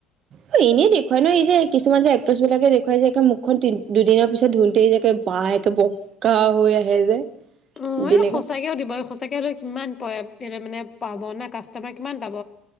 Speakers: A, on the right; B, on the left.
A: অ', এনেই দেখুৱাই নয় যে কিছুমান যে এক্ট্ৰেছ বিলাকে দেখুৱাই যে একে মুখখন তি দুদিনৰ পিছত ধুনতে যোকে বাহ একে বগা হৈ আহে যে।
B: অ', এই
A: তেনেকা
B: সঁচাকেও দিব সঁচাকে হ'লে কিমান প মানে পাব না কাষ্টমাৰ কিমান পাব।